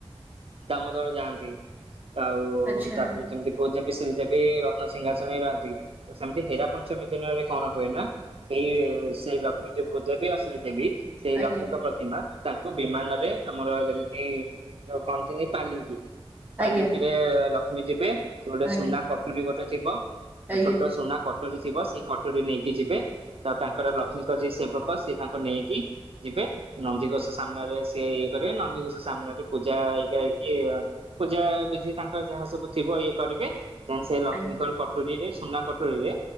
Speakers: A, on the right (about 65°); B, on the right (about 15°).
A: ଦାମୋଦର ଯାଆନ୍ତି। ଆଉ
B: ଆଚ୍ଛା
A: ତାପରେ ଯେମିତି ଭହୁତ ଯି ସେ ଯ ବି ରତ୍ନସିିଂହାସନ ହେଇ ରହନ୍ତି ତ ସେମିତି ହରା ପଞ୍ଚମୀ ଦିନରେ କଣ ହୁଏ ନା। ସେଇ ସେଇ ଲକ୍ଷ୍ମୀ ଯୋ ଭୁ ଦେବି ଆଉ ସେ୍ରୀ ଦେବି ସେଇ
B: ଆଜ୍ଞା
A: ଲକ୍ଷ୍ମୀଙ୍କ ପ୍ରତିମା। ତାଙ୍କୁ ବିମାନରେ ଆମର ଯେମିତି ଯଉ କହନ୍ତିନି ପାଲିଙ୍ଗି। ତାଲିଙ୍କିରେ
B: ଆଜ୍ଞା
A: ଲକ୍ଷ୍ମୀ ଯିବେ ସେଟେ
B: ଆଜ୍ଞା
A: ସୁନା କଟୁରୀ ଗୋଟେ ଥିବ।
B: ଆଜ୍ଞା
A: ଛୋଟ ସୁନା କଟୋରୀ ଥିବ ସେଇ କଟୋରୀ ନେଇକି ଯିବେ। ତ ତାଙ୍କର ଲକ୍ଷ୍ମୀଙ୍କ ଯିଏ ସେବକ ସେିଏ ତାଙ୍କୁ ନେଇକି ଯିବେ ନନ୍ଦିଘୋଷ ସାମ୍ନାରେ ସେ ଇଏ କରିବ ନନ୍ଦୀ ଘଷ ସାମ୍ନାରେ ପୂଜା ହେଇା ହେଇକି ପୂଜା ବିଧି ତାଙ୍କର ଯାହା ସବୁ ଥିବ। କରିବେ ସେ ଲକ୍ଷ୍ମୀଙ୍କର
B: ଆଜ୍ଞା
A: କଟୁରୀରେ ସୁନା କଟୁରୀରେ